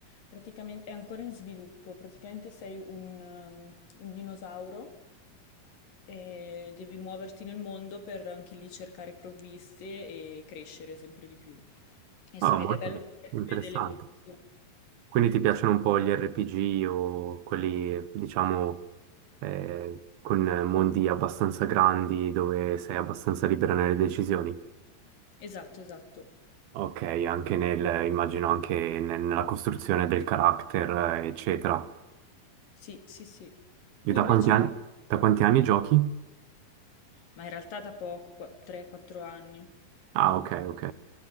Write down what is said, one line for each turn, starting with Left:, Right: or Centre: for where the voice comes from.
Left: Praticamente è ancora in sviluppo, praticamente sei un, um, un dinosauro E devi muoverti nel mondo per anche lì cercare provviste e crescere sempre di più. E si
Right: Ah,
Left: ve-
Right: molto
Left: è bello perché
Right: interessante.
Left: si vede l'evoluzione.
Right: Quindi ti piacciono un po' gli RPG o quelli, diciamo, eh, con mondi abbastanza grandi dove sei abbastanza libera nelle decisioni?
Left: Esatto, esatto.
Right: Ok, anche nel, immagino anche ne- nella costruzione del carattere, eh, eccetera.
Left: Sì, sì, sì. Tu
Right: E da
Left: invece
Right: quanti anni,
Left: hai...
Right: da quanti anni giochi?
Left: Ma in realtà da poco, 3-4 anni.
Right: Ah, ok, ok,